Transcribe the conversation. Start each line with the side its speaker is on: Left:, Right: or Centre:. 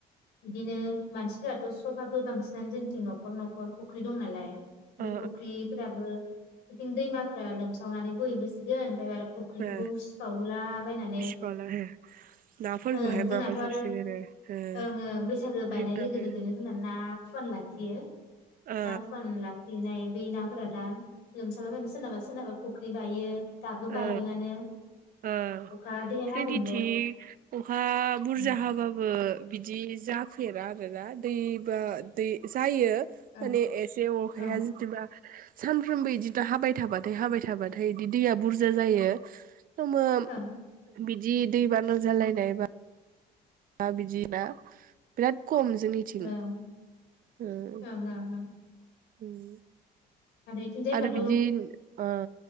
Left: बिदिनो मानसिफ्राथ सबाबो बांसिनानो जोंनिथिं नखर नखर फुख्रि दं नालाय बे
Right: ओ
Left: फुख्रिफोराबो बिथिं दैमाफ्रा लोमसावनानै बोहैबोसिगोन ओमफाय आरो फुख्रिखौबो
Right: ओ
Left: उसिफावहोला बायनानै
Right: बिसिबाला हो नाफोरखौहाय
Left: ओ जोंना
Right: माबाजोबसिगोनो
Left: थ आरो
Right: ओ
Left: ओं ओङो बैसागो
Right: फुख्रिफ्राबो
Left: बायनाय लोगो लोगोनो जोंना ना फुवान लाखियो
Right: ओ
Left: ना फुवान लाखिनाय बै नाफोरा दा लोमसालाबायनो सोरनाबा सोरनाबा फुख्रि बायो। दाबो
Right: ओ
Left: बायदोंआनो
Right: ओ
Left: अखा देर
Right: जोंनिथिं
Left: हादों जे
Right: अखा बु बुरजा
Left: ओं
Right: हाबाबो। बिदि जाफेरा आरोना दैबा दै जायो। माने
Left: ओं
Right: एसे अखाया
Left: ओं
Right: जेदिबा। सानफ्रोमबो इदि दा हाबाय थाबाथाय हाबाय थाबाथाय इदि दैया बुर जा जायो। <unintelligible>
Left: ओं
Right: जि दैबाना जालायनाय बा। बिदिना बिराद खम जोंनिथिं।
Left: ओं
Right: ओ
Left: ओं ओं
Right: उम।
Left: इथिंजाय होनबाथ'
Right: आरो बिदि ओ